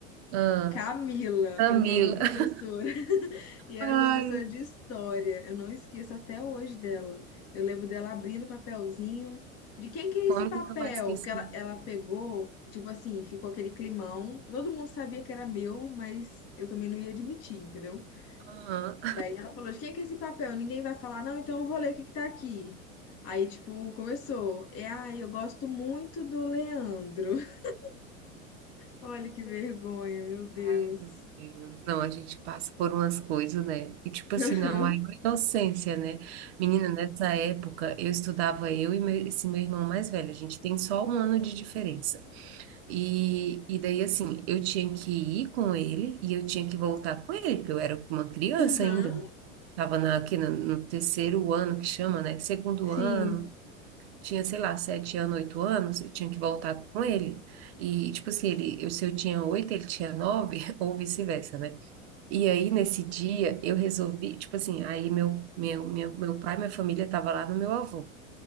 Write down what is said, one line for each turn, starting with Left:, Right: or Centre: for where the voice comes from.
Right: Ah,
Left: Camila,
Right: Camila.
Left: o nome da professora.
Right: <laughs>
Left: E era
Right: Ai,
Left: professora de história. Eu não esqueço até hoje dela. Eu lembro dela abrindo o papelzinho. De quem que é
Right: como
Left: esse papel?
Right: que tu vai esquecer?
Left: Porque ela, ela pegou, tipo assim, ficou aquele climão. Todo mundo sabia que era meu, mas eu também não ia admitir, entendeu?
Right: Aham.
Left: E aí ela falou: de quem que é esse papel? Ninguém vai falar, não, então eu vou ler o que que tá aqui. Aí, tipo, começou. É, ai, eu gosto muito do Leandro. <laughs> Olha que vergonha, meu Deus.
Right: Ai, meu Deus. Não, a gente passa por umas coisas, né? E tipo
Left: <laughs>
Right: assim,
Left: Aham,
Right: na maior inocência, né? Menina, nessa época eu estudava eu e meu- esse meu irmão mais velho. A gente tem só um ano de diferença. E, e daí, assim, eu tinha que ir com ele e eu tinha que voltar com ele, porque eu era uma criança
Left: aham,
Right: ainda. Tava na, aqui no, no terceiro ano que chama, né? Segundo
Left: sim.
Right: ano. Tinha, sei lá, sete anos, oito anos, eu tinha que voltar com ele. E, tipo assim, ele, eu, se eu tinha oito, ele tinha nove, <laughs> ou vice-versa, né? E aí, nesse dia, eu resolvi, tipo assim, aí meu, meu, meu, meu pai, minha família tava lá no meu avô.